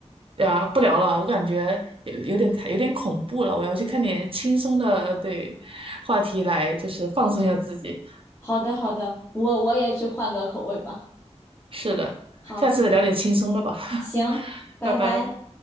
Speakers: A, on the right; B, on the left.
A: 呀，不聊了，我感觉有有点太有点恐怖了，我要去看点轻松的，呃对，话题来就是放松一下自己。
B: 好的，好的，我我也去换个口味吧。
A: 是的，
B: 好，
A: 下次聊点轻松的吧，<laughs>
B: 行，拜拜。
A: 拜拜。